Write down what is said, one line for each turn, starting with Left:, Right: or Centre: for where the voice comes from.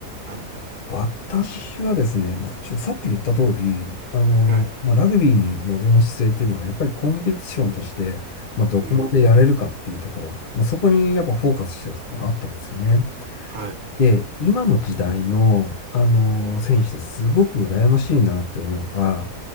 Right: は
Left: 私はですね、まあ、ちょっとさっき言った通り、あの、
Right: い。はい。
Left: まあ、ラグビーに臨む姿勢っていうのは、やっぱりコンペティションとして、まあ、どこまでやれるかっていうところ、
Right: うん。
Left: まあ、そこにやっぱフォーカスしてたところがあったんですよね。
Right: はい。
Left: で、今の時代の、あの、選手ですごく羨ましいなって思うのが、